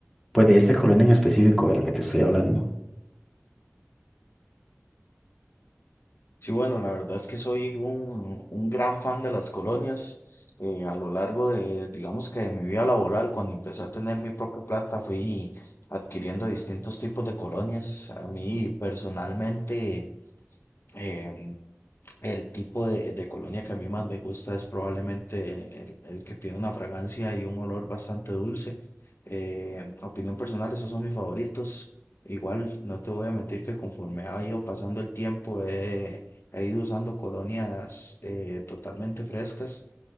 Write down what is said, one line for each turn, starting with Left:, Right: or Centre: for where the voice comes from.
Centre: pues de esta colonia en específico de la que te estoy hablando.
Left: Sí, bueno, la verdad es que soy un, un gran fan de las colonias. eh, a lo largo de, digamos que de mi vida laboral, cuando empecé a tener mi propia plata, fui adquiriendo distintos tipos de colonias. A mí personalmente, em, el tipo de, de colonia que a mí más me gusta es probablemente el, el que tiene una fragancia y un olor bastante dulce. Eh, opinión personal, esos son mis favoritos. Igual, no te voy a mentir que conforme ha ido pasando el tiempo, he, he ido usando colonias eh, totalmente frescas